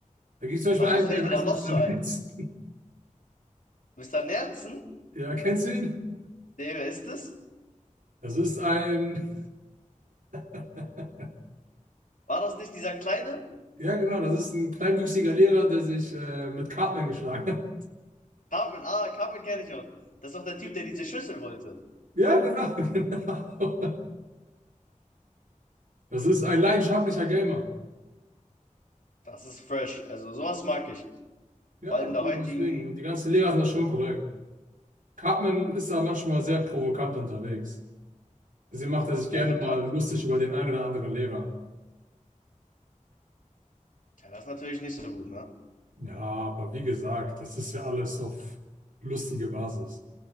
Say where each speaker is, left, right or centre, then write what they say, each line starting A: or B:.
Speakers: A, on the right; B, on the left.
A: Da gibt es zum Beispiel
B: Was,
A: einen,
B: was fällt
A: der
B: dir
A: heißt
B: da noch
A: Mr.
B: so
A: Nitz.
B: ein? Mister Nerzen?
A: Ja, kennst du ihn?
B: Nee, wer ist das?
A: Das ist ein, <laughs>
B: War das nicht dieser kleine?
A: ja genau, das ist ein kleinwüchsiger Lehrer, der sich äh, mit Cartman geschlagen hat.
B: Carmen, ah, Carmen kenne ich auch. Das ist doch der Typ, der diese Schüssel wollte.
A: Ja, genau, <laughs> genau. Das ist ein leidenschaftlicher Gamer.
B: Das ist fresh. Also sowas mag ich.
A: Ja,
B: Vor allem der
A: deswegen.
B: heutigen
A: Und die ganzen Lehrer sind da schon korrekt. Cartman ist da manchmal sehr provokant unterwegs. Deswegen macht er sich
B: Provokant.
A: gerne mal lustig über den einen oder anderen Lehrer.
B: Ja, das ist natürlich nicht so gut, ne?
A: Ja, aber wie gesagt, das ist ja alles auf lustige Basis.